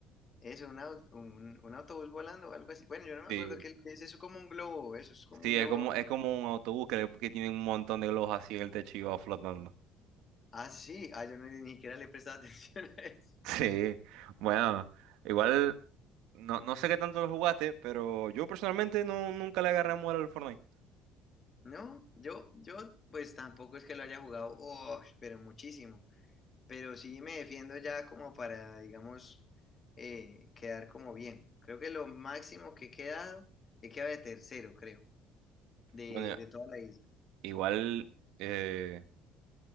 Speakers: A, on the left; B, on the right.
A: Eso, un, au- un, un autobús volando o algo así. Bueno, yo no me
B: Sí.
A: acuerdo qué es, eso es como un globo, eso es como
B: Sí,
A: un globo.
B: es como, es como un autobús que, que tiene un montón de globos así en el techo y va flotando. <laughs>
A: Ah, sí, ah, yo no, ni siquiera le he prestado <laughs> atención a eso.
B: Sí, bueno, igual no, no sé qué tanto lo jugaste, pero yo personalmente no, nunca le agarré amor al Fortnite.
A: No, yo, yo, pues tampoco es que lo haya jugado, oh, pero muchísimo. Pero sí me defiendo ya como para, digamos, eh, quedar como bien. Creo que lo máximo que he quedado, he quedado de tercero, creo, de,
B: Bueno,
A: de toda la isla.
B: igual, eh,